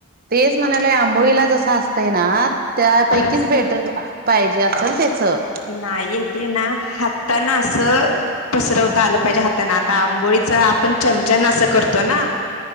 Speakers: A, on the right (about 40°); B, on the left (about 75°).
A: तेच म्हणाले आंबोळीला जस असतंय ना त्यापैकीच
B: तस
A: बेटर पाहिजे असेल त्याचं.
B: नाही ते ना हाता न असं पसरवता आलं पाहिजे हाताने आता आंबोळीच आपण चमचान असं करतो ना.